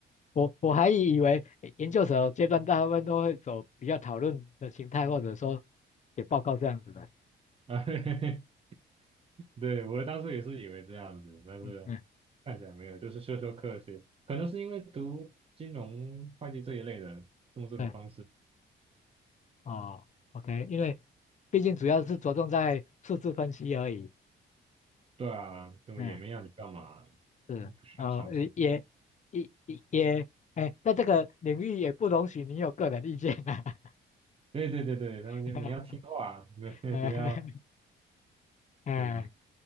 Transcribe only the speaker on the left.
我我还以为研究所阶段大部分都会走比较讨论的形态，或者说写报告这样子的。
嗯嗯，
嗯，哦，OK，因为毕竟主要是着重在数字分析而已。
嗯。是，
呃，也也也，也哎，在这个领域也不容许你有个人意见啊。
<laughs>
哎
哎，